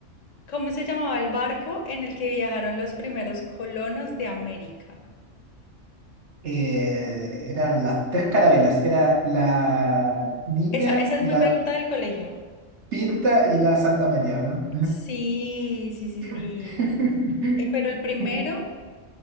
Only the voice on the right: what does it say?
Eh, eran las tres carabelas. Era la niña,
la
pinta y la Santa María, ¿o ¿no?
<laughs>